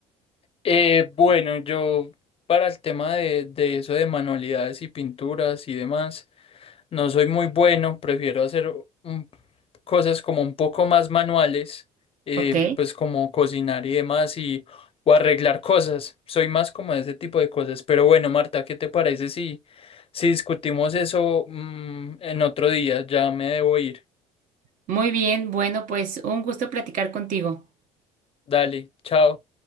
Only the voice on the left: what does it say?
Eh, bueno, yo para el tema de, de eso de manualidades y pinturas y demás, no soy muy bueno, prefiero hacer un- cosas como un poco más manuales, eh,
pues como cocinar y demás y o arreglar cosas, soy más como de ese tipo de cosas, pero bueno, Marta, ¿qué te parece si, si discutimos eso, mm, en otro día? Ya me debo ir,
dale, chao.